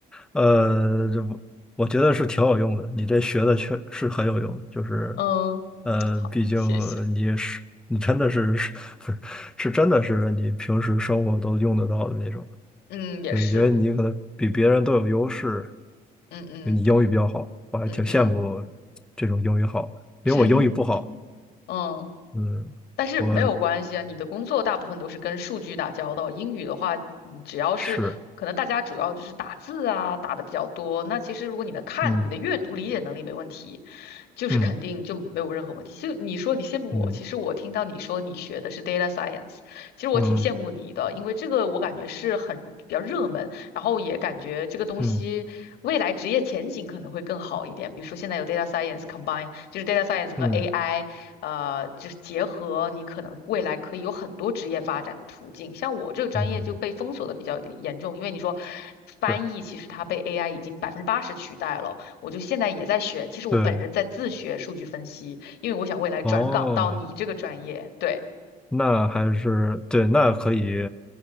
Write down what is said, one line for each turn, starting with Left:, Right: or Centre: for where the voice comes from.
Centre: 呃，这不我觉得是挺有用的，你这学的确是很有用的，就是，
Left: 嗯，
Centre: 呃，
Left: 好，
Centre: 毕竟
Left: 谢谢。
Centre: 你也是你真的是是 <laughs> 是真的是你平时生活都用得到的那种，
Left: 嗯，也是，
Centre: 对，因为你可能比别人都有优势，
Left: 嗯嗯
Centre: 就你英语比较好，我还挺羡慕
Left: 嗯嗯，
Centre: 这种英语好，
Left: 真的，
Centre: 因为我英语不好，
Left: 嗯。
Centre: 嗯，
Left: 但是没有关系啊，
Centre: 我
Left: 你的工作大部分都是跟数据打交道。英语的话，你只要是可能大家主要就是打字啊，
Centre: 是，
Left: 打的比较多。那其实如果你能看，
Centre: 嗯
Left: 你的阅读理解能力没问题，就是肯定就没有任何问题。
Centre: 嗯
Left: 就你说你羡慕我，
Centre: 嗯
Left: 其实我听到你说你学的是 data science，其实我挺羡慕你的，
Centre: 嗯
Left: 因为这个我感觉是很比较热门，然后也感觉这个东西未来职业前景可能会更好一点。
Centre: 嗯
Left: 比如说现在有 data science combine，就是 data science 和
Centre: 嗯
Left: AI。呃，就是结合你可能未来可以有很多职业发展的途径。像我这个专业就被封锁的比较严重，
Centre: 嗯，
Left: 因为你说翻译其实它被
Centre: 是，
Left: AI 已经百分之八十取代了。我就现在也在学，其实我本人在自学数据分析，
Centre: 对，
Left: 因为我想未来转岗到你这个专业。
Centre: 哦。
Left: 对，
Centre: 那还是对，那可以，